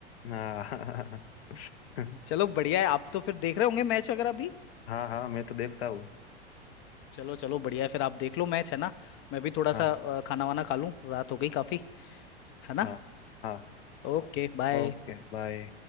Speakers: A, on the left (about 75°); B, on the left (about 40°).
A: हाँ <laughs>
B: चलो बढ़िया है आप तो फिर देख रहे होंगे मैच वगैरह भी
A: हाँ हाँ मैं तो देखता हूँ
B: चलो चलो बढ़िया है फिर आप देख लो मैच है ना मैं भी थोड़ा
A: हाँ
B: सा अ, खाना वाना खा लूं रात हो गई काफी है ना
A: हाँ हाँ
B: Okay bye
A: ओके बाय